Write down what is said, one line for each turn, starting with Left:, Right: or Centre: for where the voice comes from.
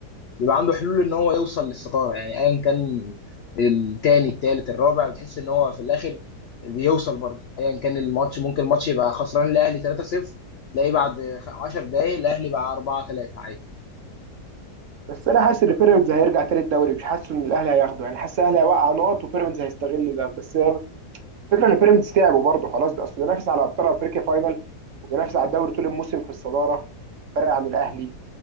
Left: بيبقى عنده حلول ان هو يوصل للصداره يعني ايا كان التاني التالت الرابع بتحس ان هو في الاخر بيوصل برضه ايا كان الماتش ممكن الماتش يبقى خسران الاهلي 3-0 تلاقيه بعد 10 دقايق الاهلي بقى 4-3 عادي
Right: بس انا حاسس ان بيراميدز هيرجع تاني الدوري مش حاسس ان الاهلي هياخده يعني حاسس الاهلي هيوقع نقط وبيراميدز هيستغل ده بس الفكره ان بيراميدز تعبوا برضه خلاص بقى اصل بينافس على ابطال افريقيا فاينل وبينافس على الدوري طول الموسم في الصداره فرق عن الاهلي